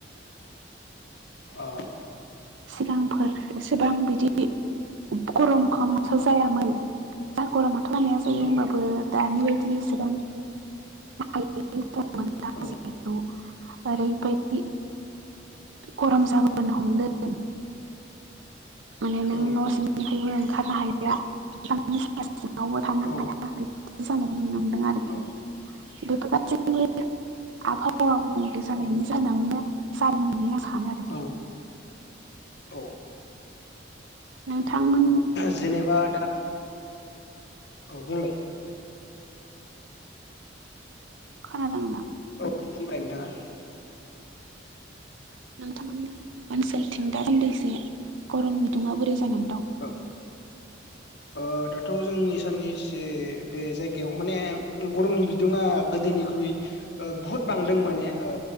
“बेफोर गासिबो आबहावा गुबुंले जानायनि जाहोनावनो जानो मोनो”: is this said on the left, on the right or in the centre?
Right